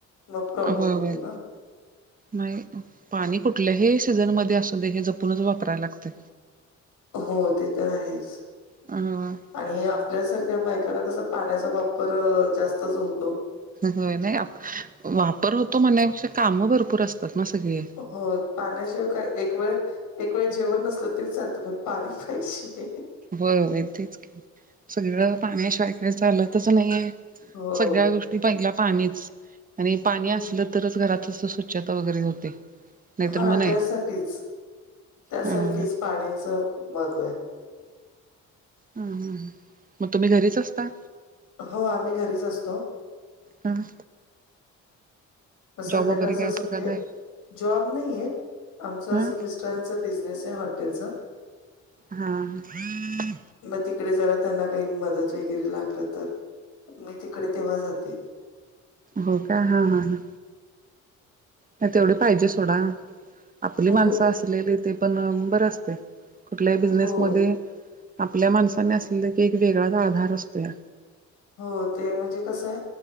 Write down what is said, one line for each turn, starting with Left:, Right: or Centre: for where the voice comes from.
Left: मग प्रॉब्लेम
Right: हा होय
Left: होतो
Right: होय.
Left: ना.
Right: नाही पाणी कुठल्याही सीझनमध्येध्ये असून दे हे जपूनच वापरायला लागतय.
Left: हो ते तर आहेच
Right: अ
Left: आणि आपल्यासारख्या बायकना कसं पाण्याचा वापर जास्तच होतो
Right: हो नाही वापर होतो म्हणण्यापेक्षा काम भरपूर असतात मा सग आहे
Left: हो पाण्याशिवाय काय एक वेळ एक वेळ जेवण नसल तरी चालतं पण पाणी पैसे
Right: हो ये तेेच सगळं पाण्याशिवायकाय चालतच नाहीये
Left: हो.
Right: सगळ्या गोष्टी पहिल्या पाणीच आणि पाणी
Left: हम्म
Right: असलं तरच घरात स्वछता वगैरे होते नाहीतर
Left: हा
Right: मग नाही
Left: त्यासाठीच त्यासाठीच
Right: ह
Left: पाण्याच खूप महत्त्व आहे
Right: ह ह मग तुम्ही घरीच असता
Left: हो आम्ही घरीच असतो
Right: हम
Left: संध्याकाळचं
Right: वगैरे काय
Left: असं म्हणजे
Right: का नाही
Left: जॉब नाहीये आमचं
Right: हा
Left: असं मिस्टरांच बिझनेस आहे हॉटेलच
Right: हा ह
Left: मग तिकडे जरा त्यांना काही मदत वगैरे लागलं तर मी तिकडे तेव्हा जाते
Right: हो का हां हां ह नाही तेवढे पाहिजे सोडा आपली
Left: हो,
Right: माणसं असलेली ते पण बरे असते कुठल्याही बिझनेस
Left: हो,
Right: मध्ये आपल्या माणसानी असलेले की एक वेगळाच आधार असतोय
Left: हो ते म्हणजे कसं आहे